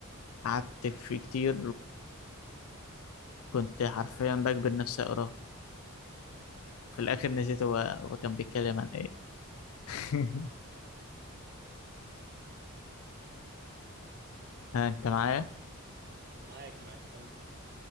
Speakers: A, on the left; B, on the right.
A: قعدت فيه كتير وكنت حرفيا بجبر نفسي أقراه في الآخر نسيت هو هو كان بيتكلم عن إيه <laughs> ها، أنت معايا؟
B: معاك معاك كمل